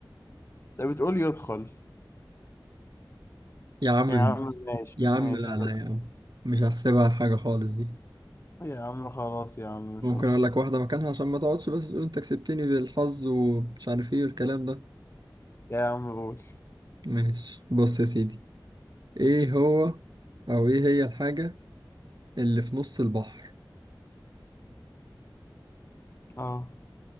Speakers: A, on the left; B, on the right.
A: طب بتقول يدخل
B: يا عم
A: يا عم ماشي
B: يا
A: ماشي
B: عم لا
A: انت
B: لا يا عم مش هحسبها حاجة خالص دي
A: يا عم خلاص يا عم مش
B: ممكن
A: مشكلة
B: اقول لك واحدة مكانها عشان ما تقعدش بس تقول انت كسبتني بالحظ ومش عارف ايه والكلام ده
A: يا عم قول
B: ماشي بص يا سيدي ايه هو او ايه هي الحاجة اللي في نص البحر
A: اه